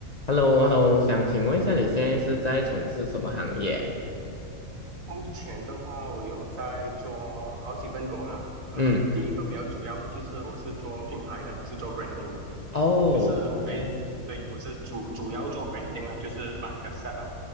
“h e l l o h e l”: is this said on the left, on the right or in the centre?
Left